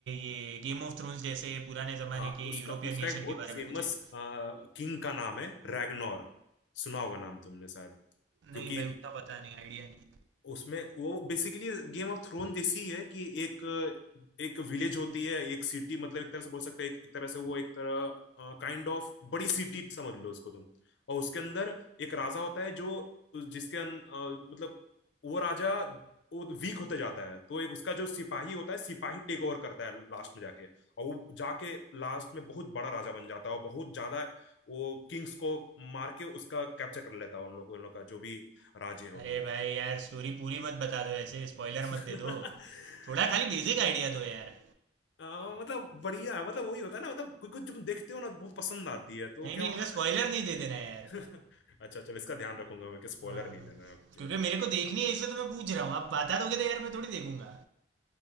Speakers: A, on the right; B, on the left.
A: ये गेम ऑफ थ्रोन्स जैसे पुराने ज़माने
B: हाँ
A: के
B: उसका
A: यूरोपियन
B: उसका
A: नेशन
B: एक बहुत
A: के बारे
B: फेमस
A: में कुछ है।
B: किंग का नाम है रैगनोर सुना होगा नाम तुमने शायद
A: नहीं
B: क्योंकि
A: भाई, उतना पता नहीं, आइडिया नहीं।
B: उसमें वो बेसिकली गेम ऑफ थ्रोन जैसी ही है कि एक एक विलेज होती है एक सिटी मतलब एक तरह से बोल सकते हैं एक, एक तरह से वो एक तरह काइंड ऑफ बड़ी सिटी समझ लो उसको तुम और उसके अंदर एक राजा होता है जो जिसके अन, अ, मतलब वो राजा वो वीक होते जाता है तो एक उसका जो सिपाही होता है सिपाही टेक ओवर करता है लास्ट में जाके और वो जाके लास्ट में बहुत बड़ा राजा बन जाता है और बहुत ज्यादा वो किंग्स को मार के उसका कैप्चर कर लेता है उन लोग उन लोग का जो भी राज्य है उन
A: अरे
B: लोग का
A: भाई यार, स्टोरी पूरी मत बता दो ऐसे, स्पॉइलर
B: <laughs>
A: मत दे दो। थोड़ा खाली बेसिक आइडिया दो यार।
B: आ, मतलब बढ़िया मतलब वही होता है ना मतलब कुछ कुछ तुम देखते हो ना तो बहुत पसंद आती है तो
A: नहीं, नहीं,
B: क्या होता
A: ऐसे स्पॉइलर
B: है
A: नहीं दे देना यार।
B: ना <laughs> अच्छा चलो इसका ध्यान रखूंगा मैं कि स्पॉइलर
A: हाँ,
B: नहीं देना है ओके
A: क्योंकि मेरे को देखनी है इसलिए तो मैं पूछ रहा हूँ आप बता दोगे तो यार मैं थोड़ी देखूंगा